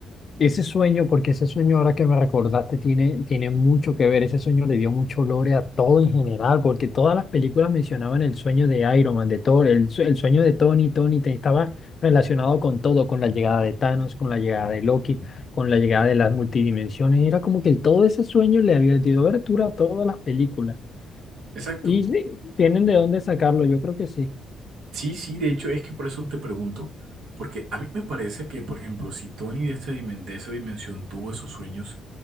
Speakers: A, on the left; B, on the right.
A: ese sueño, porque ese sueño ahora que me recordaste tiene, tiene mucho que ver. Ese sueño le dio mucho lore a todo en general, porque todas las películas mencionaban el sueño de Iron Man, de Thor, el, sue- el sueño de Tony, Tony te- estaba relacionado con todo, con la llegada de Thanos, con la llegada de Loki, con la llegada de las multidimensiones. Era como que todo ese sueño le había dio abertura a todas las películas.
B: Exacto.
A: Y sí, tienen de dónde sacarlo, yo creo que sí.
B: Sí, sí, de hecho es que por eso te pregunto, porque a mí me parece que, por ejemplo, si Tony de, esta dimen- de esa dimensión tuvo esos sueños,